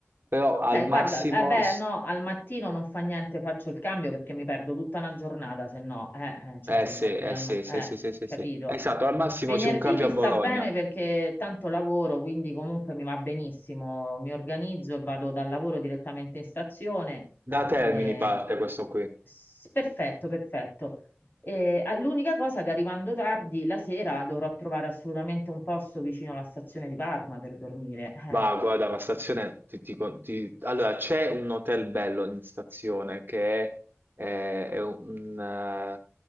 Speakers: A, on the right; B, on the left.
A: però
B: Ok,
A: al massimo,
B: guarda, eh beh, no, al mattino non fa niente, faccio il cambio perché mi perdo tutta una giornata, se no, eh, eh, cioè
A: eh
B: se
A: sì,
B: vado
A: eh
B: via al
A: sì,
B: ma-
A: sì,
B: eh,
A: sì, sì, sì,
B: capito?
A: sì. Esatto, al massimo
B: Venerdì
A: c'è un cambio
B: mi
A: a
B: sta
A: Bologna,
B: bene perché tanto lavoro, quindi comunque mi va benissimo, mi organizzo e vado dal lavoro direttamente in stazione.
A: da Termini
B: eh,
A: parte questo qui,
B: s- perfetto, perfetto. Eh, ah, l'unica cosa che arrivando tardi la sera dovrò trovare assolutamente un posto vicino alla stazione di Parma per dormire. eh.
A: va, guarda la stazione, ti- ti con- ti- allora c'è un hotel bello in stazione che è, è- è un, eh,